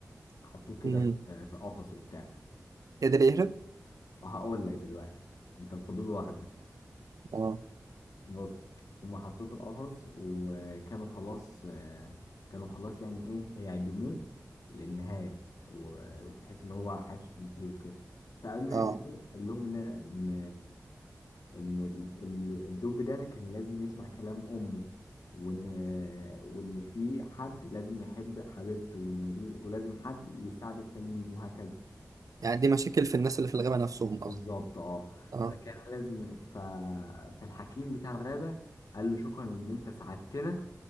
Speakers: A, on the left; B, on the right.
A: حطوه كده
B: امم
A: في في قفص وبتاع
B: يقدر يهرب؟
A: فهقول لك دلوقتي أنت الفضول واخدك
B: اه
A: بص هم حطوه في القفص وكانوا خلاص آه، كانوا خلاص يعني إيه هيعدموه للنهاية و- وبحيث إن هو حياته تنتهي وكده فقبل ما
B: اه
A: يعدموه قال لهم إن إن ان ال- ال- الدب ده كان لازم يسمع كلام امه وان وان في حد لازم يحب حبيبته وان ل- ولازم حد يساعد التانيين وهكذا
B: يعني دي مشاكل في الناس اللي في الغابة نفسهم
A: بالظبط
B: أصلا
A: اه
B: اه
A: فكان لازم ف... فالحكيم بتاع الغابة قال له شكرا ان انت ساعدتنا